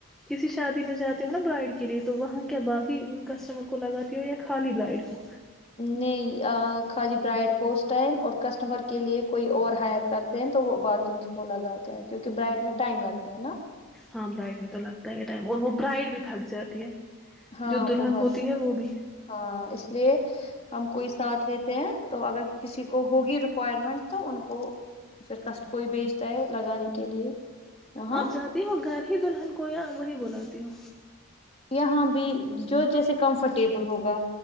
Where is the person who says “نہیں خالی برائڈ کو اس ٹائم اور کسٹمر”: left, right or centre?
Left